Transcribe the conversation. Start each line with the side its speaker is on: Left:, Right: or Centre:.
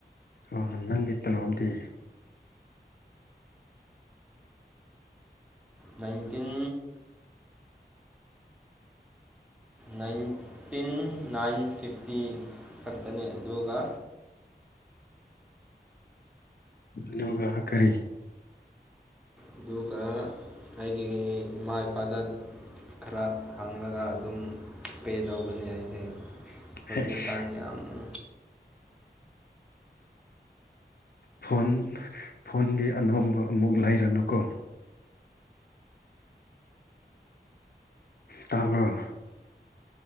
Left: ꯑ ꯅꯪꯒꯤ ꯇꯅꯣꯝꯗꯤ
Centre: ꯅꯥꯏꯟꯇꯤꯟ ꯅꯥꯏꯟꯇꯤꯟ ꯅꯥꯏꯟ ꯐꯤꯐꯇꯤ ꯈꯛꯇꯅꯤ ꯑꯗꯨꯒ
Left: ꯑꯅꯒ ꯈꯔꯤ
Centre: ꯑꯗꯨꯒ ꯑꯩꯒꯤ ꯏꯃꯥ ꯏꯄꯥꯗ ꯈꯔ ꯍꯥꯡꯉꯒ ꯑꯗꯨꯝ ꯄꯦ ꯇꯧꯒꯅꯤ ꯑꯩꯁꯦ ꯍꯧꯖꯤꯛꯀꯥꯟ
Left: ꯑꯁ
Centre: ꯌꯥꯝꯅ
Left: ꯐꯣꯟ ꯐꯣꯟꯗꯤ ꯑꯅꯧꯕ ꯑꯃꯨꯛ ꯂꯩꯔꯅꯨꯀꯣ ꯇꯥꯔꯕ